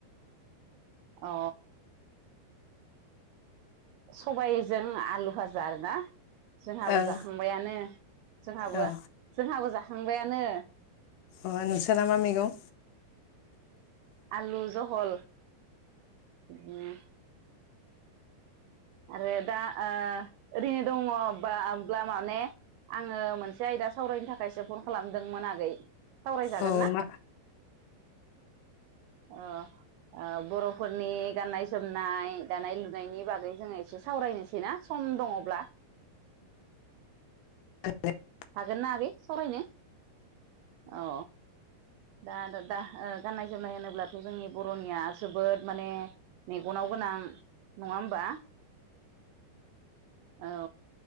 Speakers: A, on the right; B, on the left.
A: अ सबायजों आलु फाजा आरोना जोंहाबो
B: ओं
A: जाखांबायानो जोंहाबो
B: औ
A: जोंहाबो जा थांबायानो
B: अ नोंसोरा मा मैगं
A: आलु जहल उम आरो दा ओ ओरैनो दङ होमब्ला माने आङो मोनसे आयदा सावरायनो थाखायसो फन खालामदोंमोन आगै सावरायजागोन
B: औ
A: ना
B: मा
A: ओ ओ बर'फोरनि गाननाय जोमनाय दानाय लुनायनि बागै जों एसे सावरायनिसै आरोना सम दङ'ब्ला
B: <unintelligible>
A: हागोन ना आगै सावरायनो अ दा दा गाननाय जोमनाय होनोब्लाथ' जोंनि बर'निया जोबोद माने मेगनाव गोनां नङा होमबा औ